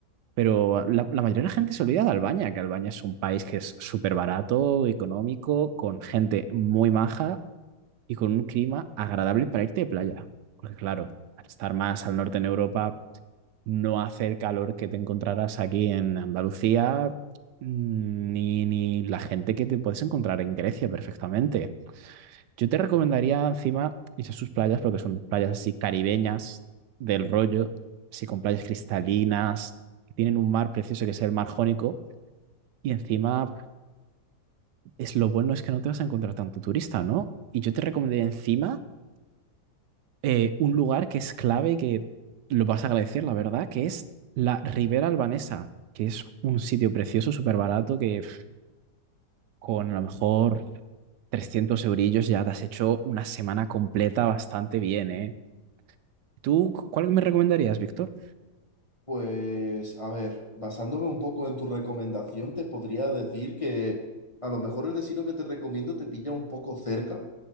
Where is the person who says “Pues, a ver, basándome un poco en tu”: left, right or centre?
Left